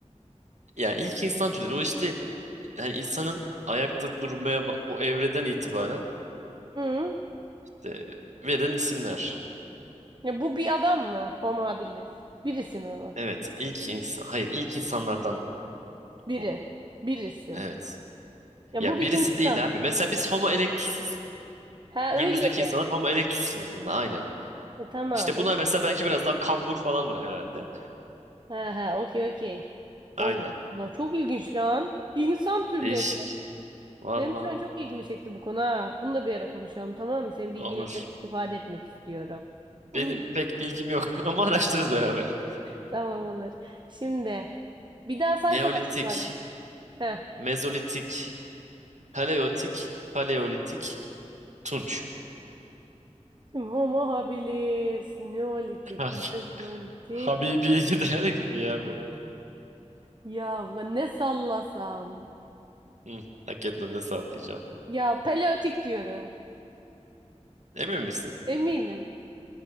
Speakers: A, on the right; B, on the right.
A: Yani ilk insan türleri o işte hani insanın ayakta durmaya ba- o evreden itibaren
B: Hı?
A: işte verilen isimler.
B: Ya bu bir adam mı? Homo habilis. Birisi mi bu?
A: Evet ilk insan hayır ilk insanlardan
B: Biri.
A: bu.
B: Birisi.
A: Evet.
B: Ya
A: Ya
B: bu bir
A: birisi
B: insan.
A: değil abi. Mesela biz Homo erectus'uz.
B: Ha
A: Günümüzdeki
B: öyleli.
A: insanlar Homo erectus sınıfında aynen.
B: Ya tamam.
A: İşte bunlar
B: Okey.
A: mesela belki biraz daha kambur falandır herhalde.
B: Ha ha okey okey. Allah
A: Aynen.
B: Allah çok ilginç lan. İnsan türleri.
A: Değişik. Valla.
B: Benim şu an çok ilgimi çekti bu konu ha. Bunu da bir ara konuşalım tamam mı? Senin bilgilerinden
A: Olur.
B: istifade etmek istiyorum. <laughs>
A: Benim pek bilgim yok <laughs> ama araştırırız beraber.
B: Tamam olur. Şimdi bir daha saysana
A: Neolitik,
B: şıkları. Heh.
A: Mezolitik, Paleolitik, Paleolitik, Tunç.
B: Şimdi Homo habilis, Neolitik,
A: <laughs> Abi,
B: Mezolitik.
A: Habibi gider gibi ya bu.
B: Ya ne sallasam?
A: Hı, hakikaten ne sallayacaksın?
B: Ya Paleolitik diyorum.
A: Emin misin?
B: Eminim.